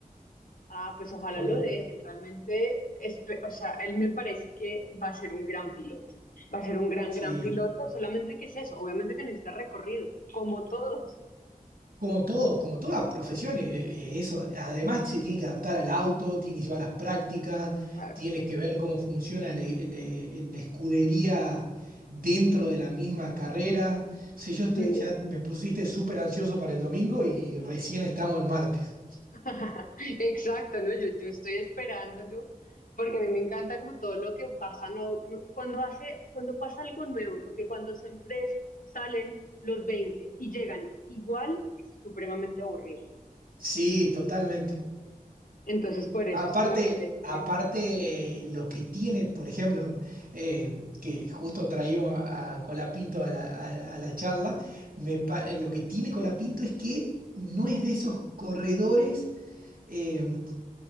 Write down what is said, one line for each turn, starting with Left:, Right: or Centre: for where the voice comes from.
Left: Ah, pues ojalá
Right: Pero
Left: lo dejen. Realmente, espe- o sea, él me parece que va a ser un gran piloto. Va a ser un gran,
Right: sí,
Left: gran piloto. Solamente que es eso. Obviamente que necesita recorrido, como todos.
Right: como todo, como todas profesiones, eh, eh, eso. Además, se tiene que adaptar al auto, tiene que llevar las prácticas,
Left: Exacto.
Right: tiene que ver cómo funciona la, la- la escudería dentro de la misma carrera. O sea, yo estoy,
Left: Sí.
Right: ya me pusiste súper ansioso para el domingo y recién estamos el martes.
Left: <laughs> Exacto, ¿no? Yo, yo estoy esperándolo porque a mí me encanta como todo lo que pasa, no, no- cuando hace, cuando pasa algo nuevo, porque cuando siempre es- salen los 20 y llegan igual, es supremamente aburrido.
Right: Sí, totalmente.
Left: Entonces, por eso
Right: Aparte,
Left: es que me parece.
Right: aparte eh, lo que tiene, por ejemplo, eh, que justo traímos a, a Colapinto a la, a- a la charla, me pa- eh, lo que tiene Colapinto es que no es de esos corredores eh,